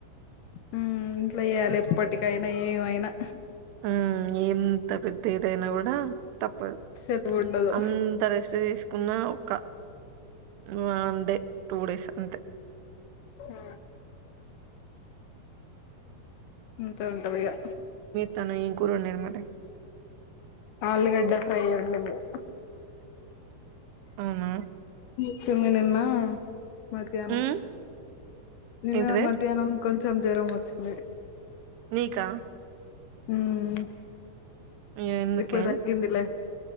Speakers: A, on the left; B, on the right.
A: ఉ ఇంట్లో ఎయాలి. ఎప్పటికైనా ఏమైనా
B: ఉ, ఎంత పెద్ద ఏదైనా గూడా తప్పదు,
A: సెలవు ఉండదు
B: అంత రెస్ట్ తీసుకున్న, ఒక వన్ డే టూ డేస్ అంతే.
A: ఉ అంతే ఉంటాదిగా.
B: తను ఎం కూర వొడింది. మరి
A: ఆలుగడ్డ ఫ్రై వోడిందేమో
B: అవునా
A: ఈమె నిన్న మధ్యాహ్నం,
B: ఉమ్
A: నిన్న
B: ఏంటిది
A: మధ్యాహ్నం కొ కొంచం జరం వచ్చింది.
B: నీకా
A: మ్
B: ఇగ ఎందుకే
A: ఇప్పుడు తగింది. లె